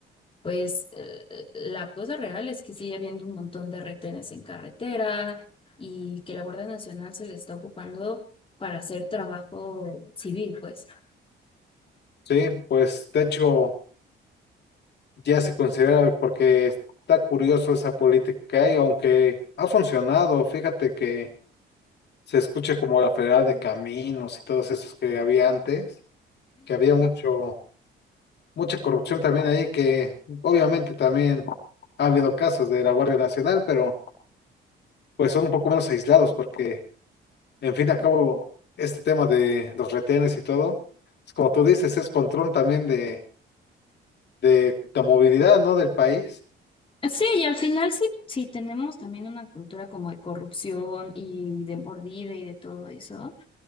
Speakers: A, on the left; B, on the left.
A: pues eh, eh, la cosa real es que sigue habiendo un montón de retenes en carretera y que la Guardia Nacional se le está ocupando para hacer trabajo civil, pues.
B: Sí, pues de hecho ya se considera porque está curioso esa política que hay, aunque ha funcionado, fíjate que se escuche como la Federal de Caminos y todos esos que había antes, que había mucho, mucha corrupción también ahí, que obviamente también ha habido casos de la Guardia Nacional, pero pues son un poco menos aislados porque, en fin y al cabo, este tema de los retenes y todo, es como tú dices, es control también de, de la movilidad, ¿no? Del país.
A: Sí, y al final sí, sí tenemos también una cultura como de corrupción y de mordida y de todo eso,